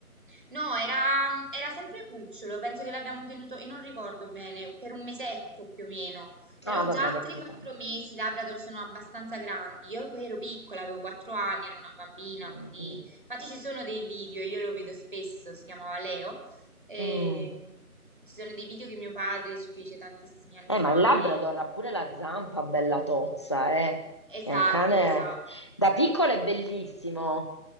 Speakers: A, on the right (about 35°); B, on the left (about 20°).
A: No, era, era sempre cucciolo, penso che l'abbiamo tenuto, e non ricordo bene, per un mesetto più o meno. Però
B: Ah, va
A: già
B: bene,
A: a 3-4
B: anche tanto.
A: mesi i Labrador sono abbastanza grandi. Io poi ero piccola, avevo 4 anni, ero una bambina,
B: Mm,
A: quindi...
B: mm,
A: Infatti ci sono dei video, io lo vedo spesso, si chiamava Leo. E...
B: mm.
A: Ci sono dei video che mio padre ci fece tantissimi anni
B: Eh,
A: fa.
B: ma il Labrador
A: e-
B: ha pure la zampa bella tozza, eh.
A: Esatto,
B: È un cane
A: esatto,
B: da piccolo è bellissimo,